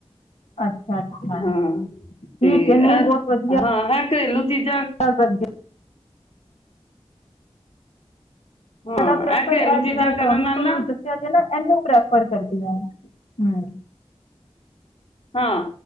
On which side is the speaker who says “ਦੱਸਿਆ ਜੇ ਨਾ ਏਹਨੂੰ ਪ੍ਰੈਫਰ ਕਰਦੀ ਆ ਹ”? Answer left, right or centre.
Left